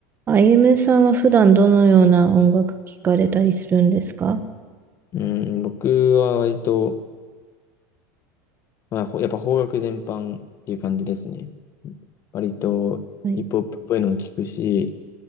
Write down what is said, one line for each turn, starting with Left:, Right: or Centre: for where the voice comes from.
Right: あゆむさんは普段どのような音楽聴かれたりするんですか
Left: うん、僕は割と、まあ、ほやっぱ邦楽全般っていう感じですね。割とヒップホップっぽいのも聞くし、
Right: はい。